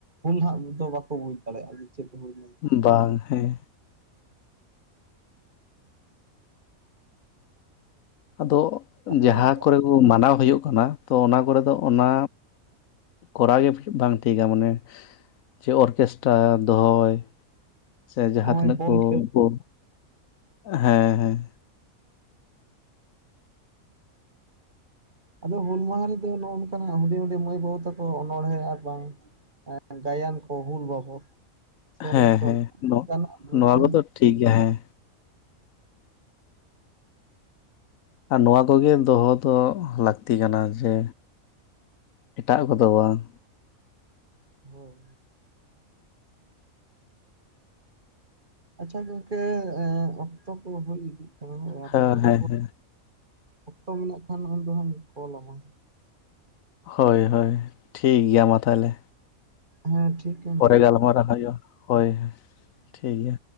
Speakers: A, on the right (about 35°); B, on the left (about 75°).
A: ᱩᱱ ᱦᱟᱸᱜ ᱫᱚ ᱵᱟᱠᱚ ᱵᱩᱡᱽ ᱫᱟᱲᱮᱭᱟᱜᱼᱟ ᱪᱮᱫ ᱦᱩᱭᱱᱟ
B: ᱵᱟᱝ ᱦᱮᱸ ᱟᱫᱚ
A: ᱟᱪᱪᱷᱟ
B: ᱡᱟᱦᱟᱸ
A: ᱜᱚᱝᱠᱮ
B: ᱠᱚᱨᱮ ᱠᱚ ᱢᱟᱱᱟᱣ ᱦᱩᱭᱩᱜ ᱠᱟᱱᱟ ᱛᱚ ᱚᱱᱟ ᱠᱚᱨᱮ ᱫᱚ ᱚᱱᱟ ᱠᱚᱨᱟᱣ ᱜᱮ ᱵᱟᱝ ᱴᱷᱤᱠᱟ ᱢᱟᱱᱮ ᱪᱮ ᱚᱨᱠᱮᱥᱴᱨᱟ ᱫᱚᱦᱚᱭ ᱥᱮ ᱡᱟᱦᱟᱸ
A: ᱱᱚᱜᱼᱚᱭ
B: ᱛᱤᱱᱟᱹᱜ
A: ᱵᱚᱞ
B: ᱠᱚ
A: ᱠᱷᱮᱞ
B: ᱩᱱᱠᱩ ᱦᱮᱸ ᱦᱮᱸ
A: ᱟᱫᱚ ᱦᱩᱞ ᱢᱟᱦᱟ ᱨᱮᱫᱚ ᱱᱚᱜ ᱱᱚᱝᱠᱟᱱᱟᱜ ᱦᱩᱰᱤᱧ ᱦᱩᱰᱤᱧ ᱢᱟᱹᱭ ᱵᱟᱹᱵᱩ ᱛᱟᱠᱚ ᱚᱱᱚᱬᱦᱮᱸ ᱟᱨ ᱵᱟᱝ ᱜᱟᱭᱟᱱ ᱠᱚ ᱦᱩᱞ ᱵᱟᱵᱚᱫ ᱥᱮᱨᱮᱧ
B: ᱦᱮᱸ
A: ᱠᱚ
B: ᱦᱮᱸ
A: ᱱᱚ ᱜᱟᱱᱚᱜᱼᱟ ᱢᱮᱱᱠᱷᱟᱱ
B: ᱱᱚᱣᱟ ᱠᱚᱫᱚ ᱴᱷᱤᱠ ᱜᱮᱭᱟ ᱦᱮᱸ ᱟᱨ ᱱᱚᱣᱟ ᱠᱚᱜᱮ ᱫᱚᱦᱚ ᱫᱚ ᱞᱟᱠᱛᱤ ᱠᱟᱱᱟ ᱡᱮ ᱮᱴᱟᱜ ᱠᱚᱫᱚ ᱵᱟᱝ
A: ᱦᱳᱭ ᱦᱳᱭ ᱟᱪᱪᱷᱟ ᱜᱚᱝᱠᱮ ᱚᱠᱛᱚ ᱠᱚ ᱦᱩᱭ ᱤᱫᱤᱜ ᱠᱟᱱᱟ ᱟᱨᱦᱚᱸ
B: ᱦᱮᱸ
A: ᱨᱚᱯᱚᱲ
B: ᱦᱮᱸ ᱦᱮᱸ
A: ᱚᱠᱛᱚ ᱢᱮᱱᱟᱜ ᱠᱷᱟᱱ ᱩᱱ ᱫᱚ ᱦᱟᱜᱸᱤᱧ ᱠᱚᱞᱟᱢᱟ
B: ᱦᱳᱭ ᱦᱳᱭ ᱴᱷᱤᱠ ᱜᱮᱭᱟ ᱢᱟ ᱛᱟᱦᱮᱞᱮ
A: ᱦᱮᱸ ᱴᱷᱤᱠᱟ
B: ᱯᱚᱨᱮ ᱜᱟᱞᱢᱟᱨᱟᱜ ᱦᱩᱭᱩᱜᱼᱟ ᱦᱳᱭ ᱴᱷᱤᱠ ᱜᱮᱭᱟ